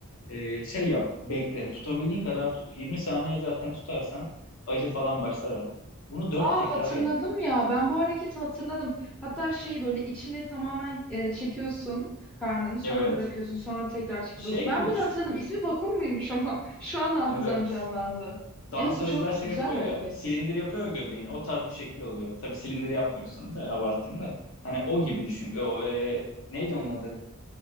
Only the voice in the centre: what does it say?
Aa
hatırladım
ya. Ben bu hareketi hatırladım. Hatta şey böyle içine tamamen e, çekiyorsun karnını sonra
bırakıyorsun sonra tekrar çekip
bırakıyorsun.
Ben bunu
hatırladım. İsmi vakum muymuş ama <laughs> şu an hafızam
canlandı.
Evet bu çok
güzel
bir hareket.